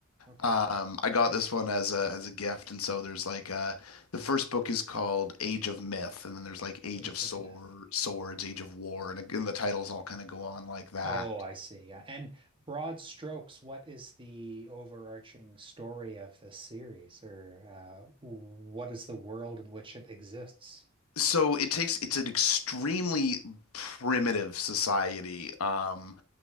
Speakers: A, on the right (about 25°); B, on the left (about 90°).
A: Okay.
B: Um, I got this one as a as a gift, and so there's like uh, the first book is called Age of Myth, and then there's like Age
A: Age
B: of Sword,
A: of Myth.
B: Swords, Age of War, and, and the titles all kind of go on like that.
A: Oh, I see. Yeah. And broad strokes, what is the overarching story of this series, or uh, what is the world in which it exists?
B: So it takes it's an extremely primitive society. Um,